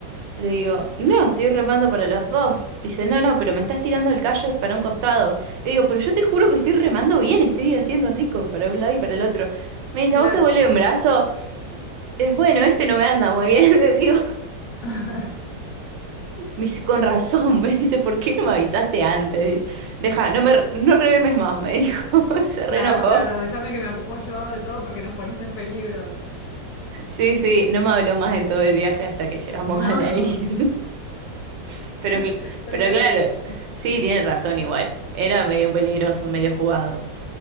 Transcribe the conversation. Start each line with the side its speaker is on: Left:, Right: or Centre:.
Right: Le digo, no, estoy remando para los dos. Dice, no, no, pero me estás tirando el kayak para un costado. Le digo, pero yo te juro que estoy remando bien, estoy haciendo así como para un lado y para el otro. Me dice,
Left: claro.
Right: ¿a vos te vuelve un brazo? Eh, bueno, este no me anda muy bien, <laughs> le digo.
Left: <laughs>
Right: Me dice, con razón, <laughs> me dice, ¿por qué no me avisaste antes? Deja, no me, no revemes más, me dijo, <laughs> se reenojó.
Left: Claro, claro, déjame que me ocupo yo de todo porque nos pones en peligro.
Right: Sí, sí, no me habló más en todo el viaje hasta que llegamos
Left: No,
Right: a la isla. <laughs> Pero, cl-
Left: <laughs> tremendo.
Right: pero claro, sí, tiene razón igual. Era medio peligroso, medio jugado.